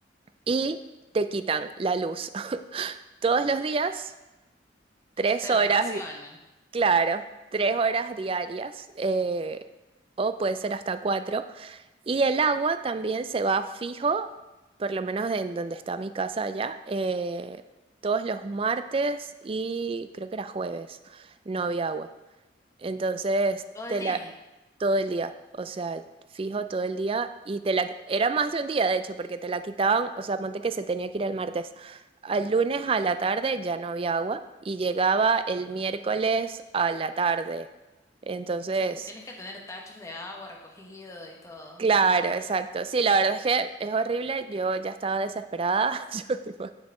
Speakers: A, on the right; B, on the left.
A: y te quitan la luz. <laughs> Todos los días, tres
B: O sea, te
A: horas,
B: la racionan
A: di- claro, tres horas diarias, eh, o puede ser hasta cuatro. Y el agua también se va fijo, por lo menos en donde está mi casa allá, eh, todos los martes y creo que era jueves, no había agua. Entonces,
B: todo
A: te
B: el día.
A: la todo el día, o sea, fijo todo el día y te la era más de un día de hecho, porque te la quitaban, o sea, ponte que se tenía que ir el martes. Al lunes a la tarde ya no había agua y llegaba el miércoles a la tarde. Entonces,
B: O sea, que tienes que tener tachos de agua recogido y todo.
A: Claro, exacto. Sí, la verdad es que es horrible. Yo ya estaba desesperada. <laughs> Yo, tipo,